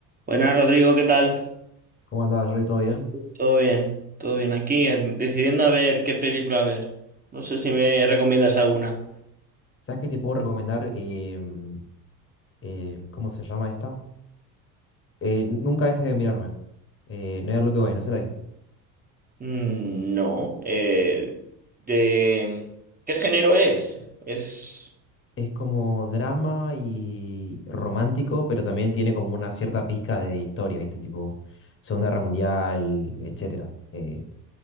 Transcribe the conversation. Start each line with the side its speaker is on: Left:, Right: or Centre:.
Right: Buenas, Rodrigo, ¿qué tal?
Left: ¿Cómo andabas, Rory? ¿Todo bien?
Right: Todo bien, todo bien aquí, em, decidiendo a ver qué película ver. No sé si me recomiendas alguna.
Left: ¿Sabes qué te puedo recomendar? Em, em, ¿cómo se llama esta? Eh, nunca dejes de mirarme. Eh, Never Look Away, no se la viste.
Right: Mm, no. eh, de... ¿Qué género es? Es...
Left: Es como drama y romántico, pero también tiene como una cierta pizca de historia, ¿viste? Tipo Segunda Guerra Mundial, etcétera. Eh,